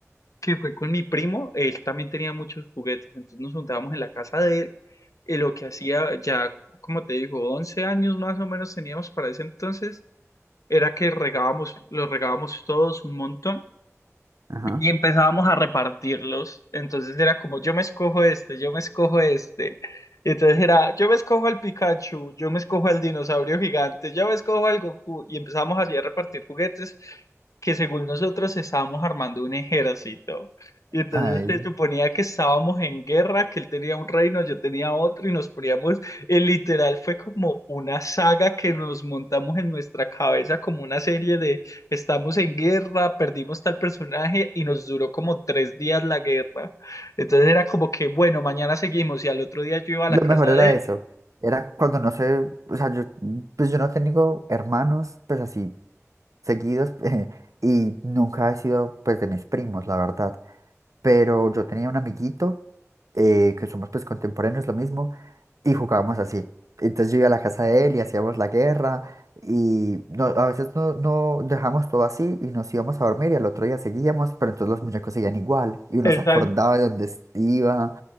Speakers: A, on the left (about 80°); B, on the right (about 85°).
A: que fue con mi primo, él también tenía muchos juguetes, entonces nos juntábamos en la casa de él, y lo que hacía ya, como te digo, 11 años más o menos teníamos para ese entonces, era que regábamos, los regábamos todos un montón,
B: Ajá.
A: y empezábamos a repartirlos. Entonces era como, yo me escojo este, yo me escojo este. Y entonces era, yo me escojo al Pikachu, yo me escojo al dinosaurio gigante, yo me escojo al Goku. Y empezábamos allí a repartir juguetes que según nosotros estábamos armando un ejército. Y entonces
B: Ay,
A: se suponía que estábamos en guerra, que él tenía un reino, yo tenía otro, y nos poníamos, eh, literal, fue como una saga que nos montamos en nuestra cabeza, como una serie Estamos en guerra, perdimos tal personaje y nos duró como tres días la guerra. Entonces era como que, bueno, mañana seguimos y al otro día yo iba a
B: Lo
A: la casa
B: mejor era
A: de él,
B: eso. Era cuando no sé, o sea, yo, pues yo no tengo hermanos, pues así, seguidos, <laughs> eh, y nunca he sido, pues, de mis primos, la verdad. Pero yo tenía un amiguito, eh, que somos, pues, contemporáneos, lo mismo, y jugábamos así. Entonces yo iba a la casa de él y hacíamos la guerra, y no, a veces no, no dejamos todo así y nos íbamos a dormir y al otro día seguíamos, pero entonces los muñecos seguían igual, y uno
A: exacto,
B: se acordaba de dónde iba.